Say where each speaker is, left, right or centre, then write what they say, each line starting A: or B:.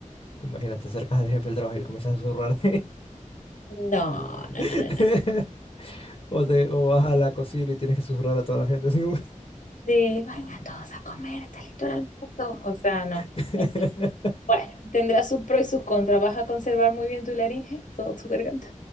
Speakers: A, on the left; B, on the left.
A: imaginas, te acercas al jefe del trabajo y le comienzas a susurrar.
B: No, no,
A: <laughs>
B: no, no, no.
A: O, te, o vas a la cocina y tienes que susurrar a toda la gente. así como-
B: de vengan todos a comer, está listo el almuerzo. O sea, no.
A: <laughs>
B: <laughs> Bueno, tendrá sus pros y sus contras. Vas a conservar muy bien tu laringe, toda tu garganta,